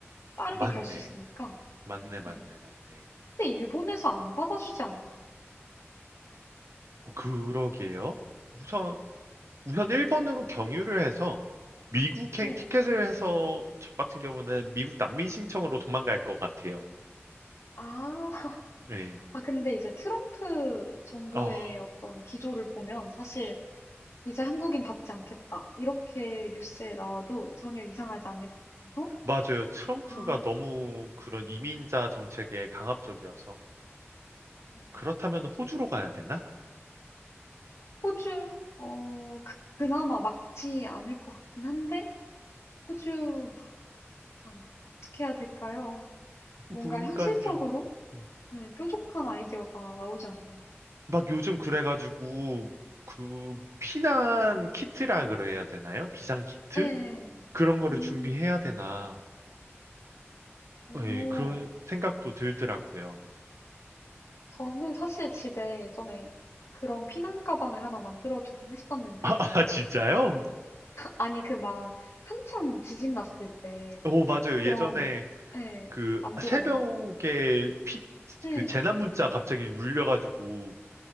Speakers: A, on the left; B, on the right.
A: 빠르게
B: 맞네.
A: 갈 수 있으니까.
B: 맞네, 맞네,
A: 네.
B: 맞네.
A: 근데 일본에서 안 받아주지 않을까요?
B: 어, 그러게요. 우선, 우선 일본으로 경유를 해서 미국행
A: 네.
B: 티켓을 해서 저 같은 경우는 미국 난민 신청으로 도망갈 것 같아요.
A: 아. <laughs>
B: 네.
A: 아 근데 이제 트럼프 정부의
B: 아,
A: 어떤 기조를 보면 사실 '이제 한국인 받지 않겠다.' 이렇게 뉴스에 나와도 전혀 이상하지 않을 것 같아서
B: 맞아요. 트럼프가
A: 아
B: 너무 그런
A: 네.
B: 이민자 정책에 강압적이어서.
A: 음.
B: 그렇다면 호주로 가야 되나?
A: 호주, 어, 그- 그나마 막지 않을 것 같긴 한데, 호주, 참, 어떻게 해야 될까요? <laughs> 뭔가
B: 그러니까요.
A: 현실적으로
B: 음.
A: 네, 뾰족한 아이디어가 나오지 않네요.
B: 막 요즘 그래가지고, 그, 피난 키트라 그래야 되나요? 비상 키트?
A: 네.
B: 그런 거를
A: 음,
B: 준비해야 되나.
A: 오.
B: 예, 그런 생각도 들더라고요.
A: 저는 사실 집에 예전에 그런 피난 가방을 하나 만들어 두긴 했었는데,
B: <laughs> 아, 진짜요?
A: 아니, 그 막, 한참 지진 났을 때,
B: 오, 맞아요.
A: 그런,
B: 예전에
A: 예,
B: 그
A: 만들어라
B: 새벽에
A: 해서.
B: 피,
A: 네.
B: 그 재난 문자 갑자기 울려가지고,